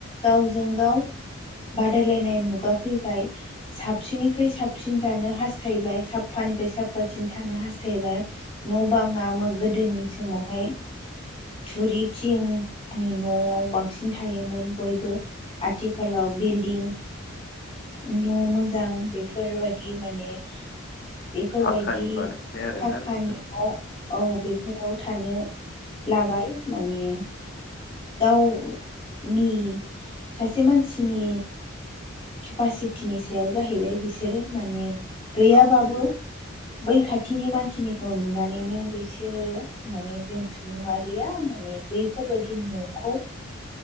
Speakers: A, on the left; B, on the left.
A: गावजों गाव बादायलायनाय मुगा फैबाय साबसिननिफ्राय साबसिन जानो हास्थायबाय साफानिफ्राय साफासिन थानो हास्थायबाय न' बाङामो गोदोनि समावहाय थुरि थिंनि न'आव बांसिन थायोमोन बयबो आथि खालाव बिल्डिं न' मोजां बेफोरबायदि माने बेफोरबायदि
B: फाखानि बानायनाय आरोना
A: फाखानि
B: नोंथां
A: न' औ बेफोराव थानो लाबाय माने दाउनि सासे मानसिनि केपासिटिनि सायाव जाहैबाय बिसोरो माने गैयाबाबो
B: औ नंगौ
A: बै खाथिनि मानसिनिखौ नुनानैनो बैसोरो माने जों सुबुं मारिया माने बै फोरबायदि न'खौ